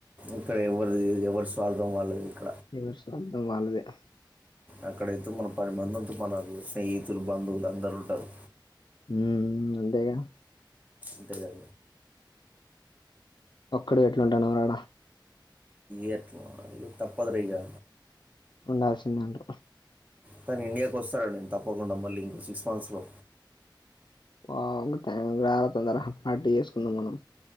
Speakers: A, on the right; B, on the left.
A: ఇక్కడ ఎవ్వరిది ఎవరి స్వార్థం వాళ్ళది ఇక
B: ఎవరు స్వార్థం వాళ్ళదే
A: అక్కడైతే మనం పది మంది ఉంటు మన స్నేహితులు, బంధువులు అందరూ ఉంటారు.
B: ఊ అంతేగా
A: ఇద్దరుగా
B: ఒక్కడు ఎట్లుంటాను రాడ
A: ఏట్ల తప్పదు రగా
B: ఉండాల్సిందేంట
A: కానీ ఇండియాకి వస్తానండి, నేను తప్పకుండా మళ్ళీ ఇంకో సిక్స్ మంత్స్లో.
B: వాఅంగు టైమ్ కీ ర రా తొందర పార్టీ చేసుకుందాం మనం